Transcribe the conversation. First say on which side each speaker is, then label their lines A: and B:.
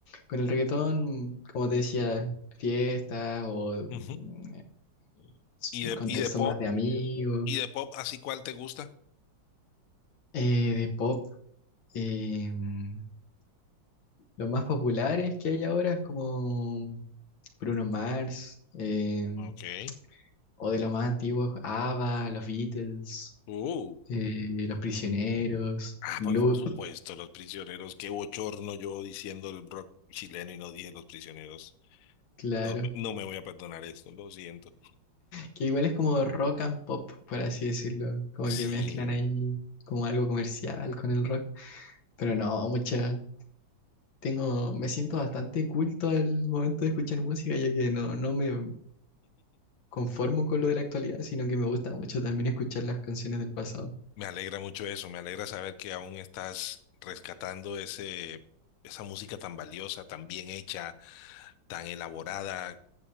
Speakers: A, on the left; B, on the left.
A: con el reggaetón, como te decía, fiestas o
B: ujú.
A: mm, s-
B: Y de,
A: contexto
B: y de pop,
A: más de amigos,
B: y de pop, ¿así cuál te gusta?
A: eh, de pop. em, los más populares que hay ahora es como Bruno Mars, em,
B: Ok.
A: O de los más antiguos, ABBA, los Beatles,
B: Uh.
A: eh, Los Prisioneros,
B: Ah,
A: Gloop,
B: pues por supuesto, Los Prisioneros. Qué bochorno yo diciendo el rock chileno y no dije Los Prisioneros.
A: claro.
B: No, me no me voy a perdonar esto, lo siento.
A: Que igual es como rock and pop, por así decirlo. Como
B: Sí,
A: que mezclan ahí como algo comercial con el rock. Pero no, mucha. Tengo, me siento bastante culto al momento de escuchar música, ya que no, no me conformo con lo de la actualidad, sino que me gusta mucho también escuchar las canciones del pasado.
B: me alegra mucho eso, me alegra saber que aún estás rescatando ese, esa música tan valiosa, tan bien hecha, tan elaborada,